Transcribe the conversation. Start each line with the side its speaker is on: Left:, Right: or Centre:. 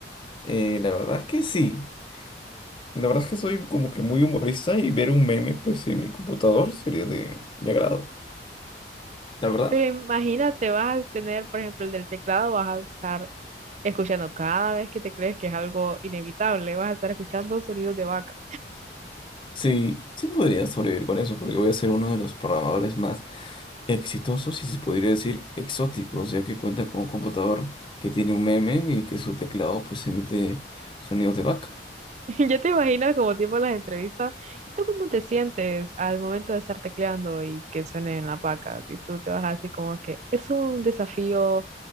Left: Eh, la verdad es que sí. La verdad es que soy como que muy humorista y ver un meme, pues, en mi computador sería de mi agrado. La verdad.
Right: Pero imagínate, vas a tener, por ejemplo, el del teclado, vas a estar escuchando cada vez que te crees que es algo inevitable, vas a estar escuchando sonidos de vaca.
Left: Sí, sí podría sobrevivir con eso, porque voy a ser uno de los programadores más exitosos y se podría decir exóticos, ya que cuenta con un computador que tiene un meme y que su teclado pues emite sonidos de vaca.
Right: <laughs> Ya te imaginas como tipo las entrevistas. ¿Y tú cómo te sientes al momento de estar tecleando y que suene en la paca? Y tú te vas así como que es un desafío